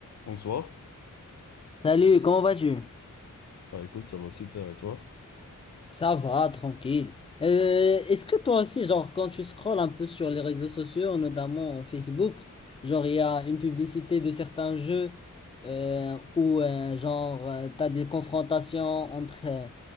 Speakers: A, on the left; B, on the left.
A: Bonsoir.
B: Salut, comment vas-tu?
A: Bah écoute, ça va super et toi?
B: Ça va, tranquille. Euh, est-ce que toi aussi, genre, quand tu scrolles un peu sur les réseaux sociaux, notamment Facebook, genre, il y a une publicité de certains jeux euh, où, euh, genre, euh, t'as des confrontations entre, euh,